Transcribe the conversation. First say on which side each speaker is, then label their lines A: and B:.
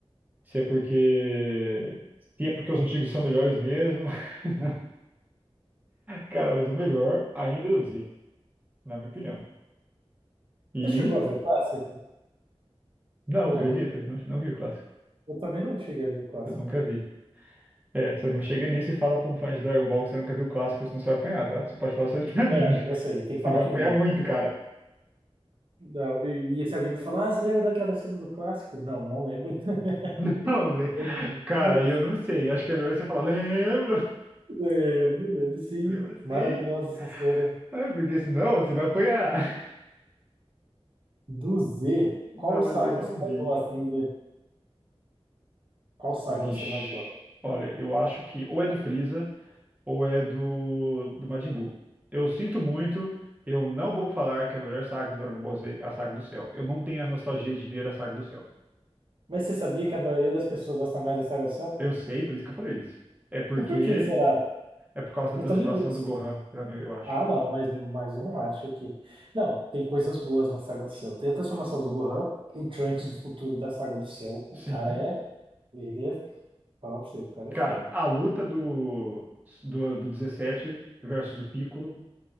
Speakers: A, on the right; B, on the right.
A: se é porque se é porque os antigos são melhores mesmo. <laughs> Cara, mas o melhor ainda é o Z, na minha opinião. E
B: Você chegou a ver o clássico?
A: não,
B: Ou
A: acredita?
B: não?
A: Não, não vi o clássico.
B: Eu também não cheguei a ver o clássico.
A: Eu nunca vi. É, você não chega nisso e fala pra um fã de Dragon Ball que você nunca viu o clássico, senão você vai apanhar, tá? Você pode falar só isso pra mim.
B: É,
A: <laughs>
B: eu sei, tem que falar
A: Você vai
B: que
A: apanhar
B: viu.
A: muito, cara.
B: Não, e, e se alguém me falar, ah, você lembra daquela cena do clássico? Não, não lembro. <laughs>
A: <laughs> Não, Zé.
B: Eu não-
A: Cara,
B: não-
A: aí eu não sei. Acho que é melhor você falar, lembro,
B: Lembro, lembro sim.
A: lembro
B: Maravilhosa
A: sim.
B: essa cena.
A: É, porque senão você vai apanhar.
B: Do Z,
A: <laughs> Não,
B: qual saga
A: mas eu não
B: que você mais
A: vi.
B: gosta do Z? Qual saga
A: Vixe.
B: você mais gosta?
A: Olha, eu acho que ou é do Freeza. ou é do, do Majin Buu. Eu sinto muito, eu não vou falar que a melhor saga do Dragon Ball Z é a Saga do Céu. Eu não tenho as nostalgias de ver a Saga do Céu.
B: Mas você sabia que a maioria das pessoas gosta mais da Saga do Céu?
A: Eu sei, por isso que eu falei isso. É porque
B: Mas por que será?
A: é por causa da
B: Eu
A: transformação
B: também gosto.
A: do Gohan, eu eu acho.
B: Ah, não, mas, mas eu não acho que. Não, tem coisas boas na Saga do Céu. Tem a transformação do Gohan, o Trunks do futuro da Saga do Céu. O
A: Sim.
B: cara é. Ele é. Falar pra você, o cara
A: Cara,
B: é foda.
A: a luta do, do, do 17 versus o Piccolo